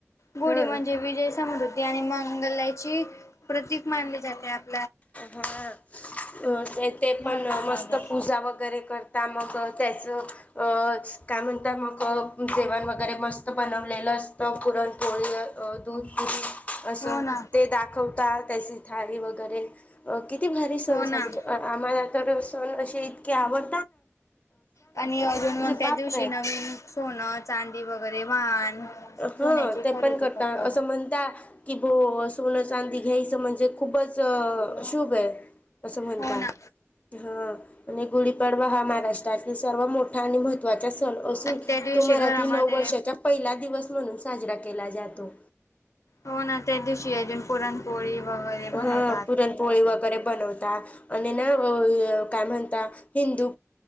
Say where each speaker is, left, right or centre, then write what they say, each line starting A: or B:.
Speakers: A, on the left; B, on the left.
A: गुढी
B: हा
A: म्हणजे विजय समृद्धी आणि मंगलय ची प्रतीक मानले जाते आप
B: हा अ ते तेे
A: भारतामध्ये
B: पण मस्त पूजा वगैरे करता मग ते च अ काय म्हणतात मग जेवण वगैरे मस्त बनवलेलं असतं पुरणपोळी दूध पुरी असं
A: हो ना
B: ते दाखवता त्याची थाळी वगैरे अ किती भारी सण
A: हो ना.
B: साजरे आम्हाला तर सण अशे इतके आवड
A: आणि अजून मग त्या
B: बापरे
A: दिवशी नवीन सोनं चांदी वगैरे वाहन
B: हा
A: सोन्याची
B: ते
A: खरेदी
B: पण करता
A: करतात
B: असं म्हणता की बो सोनं चांदी घ्यायचं म्हणजे खूपच शुभ आहे असं म्हणता
A: हो ना
B: हा आणि गुढीपाडवा हा म महाराष्ट्रातील सर्वात मोठा आणि महत्वाचा सण असून
A: त्या दिवशी
B: तो मराठी
A: घरामध्ये
B: नऊ वर्षाच्या पहिला दिवस म्हणून साजरा केला जातो.
A: हो ना त्या दिवशी अजून पुरणपोळी वगैरे बनवतात
B: हा पुरणपोळी वगैरे बनवता आणि ना अ काय म्हणता हिंदू